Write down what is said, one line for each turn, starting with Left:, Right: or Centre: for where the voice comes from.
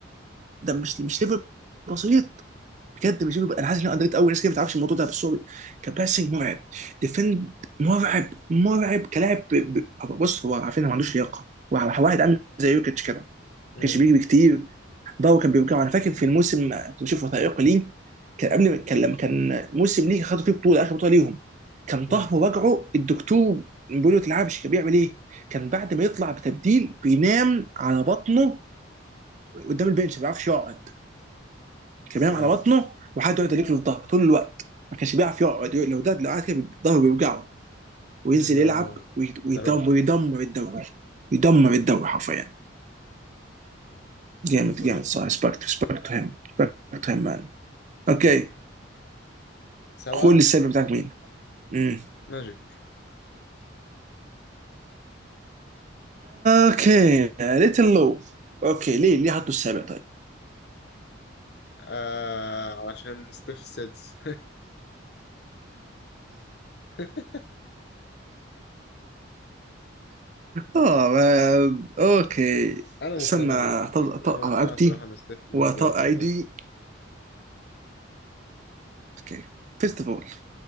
Right: ده مش مش ليفل بسيط بجد مش ليفل انا حاسس ان انا اندريت قوي ناس كده ما تعرفش الموضوع ده بس هو كباسنج مرعب ديفند مرعب مرعب كلاعب ب- ب- بص هو عارفين هو ما عندوش لياقه هو واحد عامل زي يوكيتش كده ما
Left: مم.
Right: كانش بيجري كتير ضو كان بيرجعه انا فاكر في الموسم كنت بشوف وثائقي ليه كان قبل كان لما كان موسم ليه خدوا فيه بطوله اخر بطوله ليهم كان
Left: مم.
Right: طهر رجعه الدكتور بيقول له تلعبش كان بيعمل ايه؟ كان بعد ما يطلع بتبديل بينام على بطنه قدام البنش ما بيعرفش يقعد كان بينام
Left: آه.
Right: على بطنه وحد يقعد يلك له في ظهره طول الوقت ما كانش بيعرف يقعد لو ده لو قعد كده ظهره بيوجعه وينزل
Left: مم. ده
Right: يلعب ويدمر
Left: ده رعب
Right: ويدمر
Left: ده
Right: الدوري يدمر الدوري حرفيا جامد
Left: مرعب
Right: جامد صح
Left: بصراحة
Right: ريسبكت ريسبكت تو هيم ريسبكت تو هيم مان اوكي
Left: ماشي سبعة
Right: قول لي السابع بتاعك مين امم
Left: ماجيك
Right: اوكي ليتل لو اوكي ليه ليه حطوا السابع طيب <laughs>
Left: آه علشان ستيف سيدس <laughs>
Right: اه ما- اوكي
Left: أنا
Right: استنى
Left: مقتنع بالبوينت
Right: أطلع- اطلع
Left: أنا مقتنع
Right: رقبتي
Left: صراحة إن ستيف بالنسبة
Right: واطلع
Left: لي فوق
Right: ايدي
Left: ماجيك
Right: اوكي فيرست اوف اول